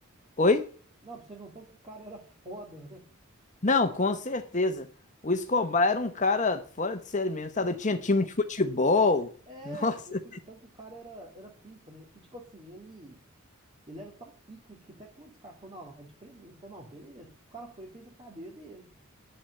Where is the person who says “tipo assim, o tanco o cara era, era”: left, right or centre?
Right